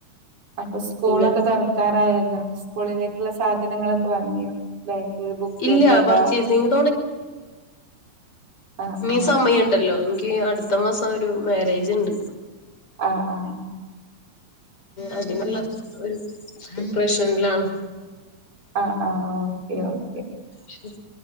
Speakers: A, on the right (about 80°); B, on the left (about 45°).
A: അപ്പോ സ്കൂളൊക്കെ
B: പിന്നെ
A: തുറക്കാറായല്ലോ സ്കൂളിലേക്കുള്ള സാധനങ്ങളൊക്കെ വാങ്ങിയോ ബേഗ്, ബുക്ക്,
B: ഇല്ല
A: കൊട
B: പർച്ചേസിങ്
A: ആ
B: ഇനീ
A: ആ
B: സമയൊണ്ടല്ലോ എനിക്കിനി അടു ത്ത മാസൊരു മാര്യേജിണ്ട്.
A: ആ ആഹ്
B: അതിനുള്ള ഒരു പ്രിപ്രേഷനിലാണ്.
A: ആ ആ ഓക്കെ ഓക്കെ
B: ശരി